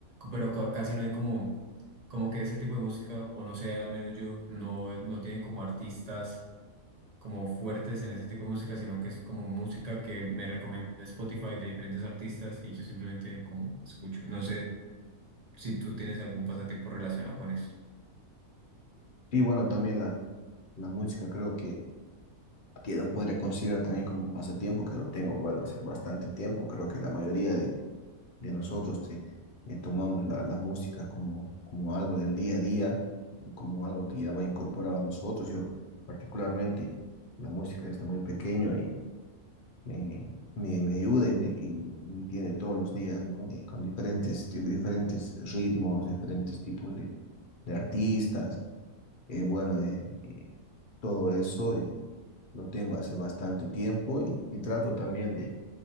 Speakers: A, on the right; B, on the left.
A: pero ca- casi no hay como... Como que ese tipo de música, o no sé, al menos yo, no, no tienen como artistas como fuertes en ese tipo de música, sino que es como música que me recomienda Spotify de diferentes artistas y yo simplemente como escucho. No sé si tú tienes algún pasatiempo relacionado con esto.
B: Y bueno, también la, la música creo que, que lo podría considerar también como un pasatiempo que lo tengo, bueno, hace bastante tiempo, creo que la mayoría de de nosotros, te- eh, tomamos la, la música como, como algo del día a día y como algo que ya va incorporado a nosotros. Yo particularmente la música desde muy pequeño eh, me, me, me ayuda y me, y me, y me tiene todos los días, ¿no? Eh, con diferentes, di- diferentes ritmos, diferentes tipos de, de artistas. Eh, bueno, eh, eh, todo eso eh, lo tengo hace bastante tiempo y, y trato también de